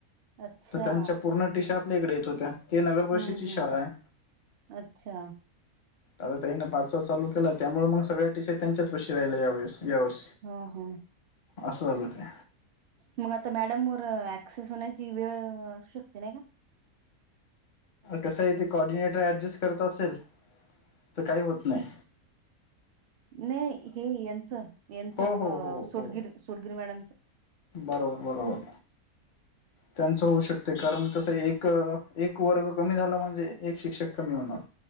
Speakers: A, on the right; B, on the left.
A: अच्छा
B: तर त्यांच्या पूर्ण टिशा आपल्या इकडे येत होत्या ते नगर पररिषेची
A: हम्म
B: शाळा
A: हम्म
B: आहे
A: अच्छा
B: आता त्याने पाच वाज चालू केला त्यामुळे मग सगळ्या टीशय त्यांच्याच पशी राहिल्या यावेळेस यावेळे
A: हा हा
B: असं झालं ते
A: मग आता मॅडम वर ऍक्सेस होण्याची वेळ असू शकते नाय का?
B: कसं आहे तेे कॉर्डिनेटर ऍडजस्ट करत असेल तर काही होत नाय.
A: नाही हे यांच यांच
B: हो
A: अ
B: हो हो
A: सोडगिर
B: हो
A: सोडगिर मॅडमच
B: बरोबर बरोबर. त्यांच होऊ शकतय कारण कसं एक एक वर्ग कमी झाला म्हणजे एक शिक्षक कमी होणार.